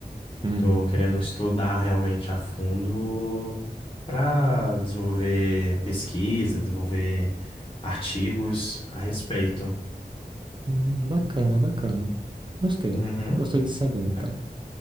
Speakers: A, on the right; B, on the left.
A: Uhum.
B: tô querendo estudar realmente a fundo para desenvolver pesquisa, desenvolver artigos a respeito.
A: Hum, bacana, bacana. Gostei.
B: Uhum.
A: Gostei de saber, então.
B: É.